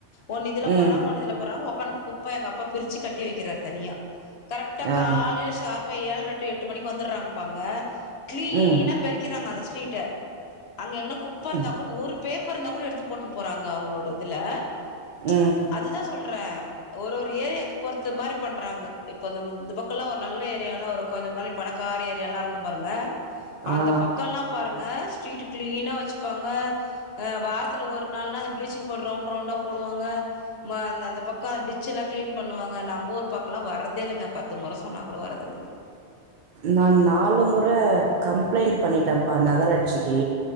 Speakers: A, on the left (about 60°); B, on the right (about 60°).
A: ஒன்னு இதுல
B: ம்
A: போறா ஒன்னு இதுல போறா ஓப்பன். குப்ப எங்க அப்பா பிரிச்சி கட்டி வைக்கிறார் தனியா கரெக்டா
B: ஆ
A: காலைல ஷார்ப் இப்ப ஏழ்ரை டு எட்டு மணிக் வந்துறாங்கப்பா அங்க. கிளீன்னா
B: ம்
A: பெறிக்கிறாங்க அந்த ஸ்கூ சீட்டே அங்க எங்கனா குப்பா இருந்தா
B: ம்
A: கூட ஒரு பேப் இப்பொரு நபர் எடுத்து போட்டு போறாங்க அவங்க உங்களோட இதுல ச்
B: ம்
A: அதுதா சொல்றே ஒரு ஒரு ஏரியாக்கு பொறுத்த மாரி பண்றாங்க இப்ப இந்த பக்க எல்லா ஒரு நல்ல ஏரியால்லா ஒரு கொஞ்ச மாரி பணக்கார ஏரியால்லா இருக்கு பாருங்க
B: ஆ
A: அந்த பக்கல்லா பாருங்க ஸ்ட்ரீட் கிளீனா வச்சுப்பாங்க அ வாரத்துல ஒரு நாள்னா அந்த பிளீச்சிங் ரவுண்டவுண்டா போடுவாங்க ம அ அந்த பக்க டிச்சல்லா கிளீன் பண்ணுவாங்க நம்ம ஒரு பக்கல்லா வர்றத இல்லங்க பத்து மொற சொன்னா கூட வரத இல்லங்க
B: நா நாலு முற கம்பளைண்ட்
A: ம்
B: பண்ணிட்டேன்ப்பா நகராட்சிக்கு